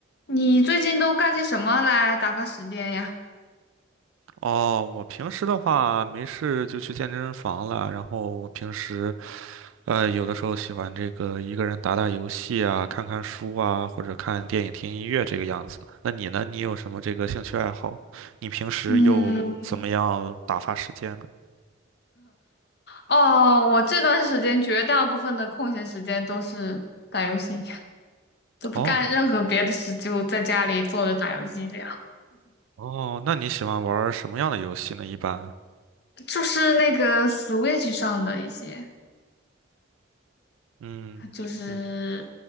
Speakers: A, on the left; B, on the right.
A: 你最近都干些什么来打发时间呀？
B: 哦，我平时的话没事就去健身房了，然后我平时呃有的时候喜欢这个一个人打打游戏啊，看看书啊，或者看电影、听音乐这个样子。那你呢？你有什么这个兴趣爱好？你平时又怎么样打发时间呢？
A: 嗯，哦，我这段时间绝大部分的空闲时间都是打游戏，<laughs> 都不干任何别的事，
B: 哦
A: 就在家里坐着打游戏这样。
B: 哦，那你喜欢玩儿什么样的游戏呢？一般，
A: 就是那个 Switch 上的一些。
B: 嗯嗯
A: 就是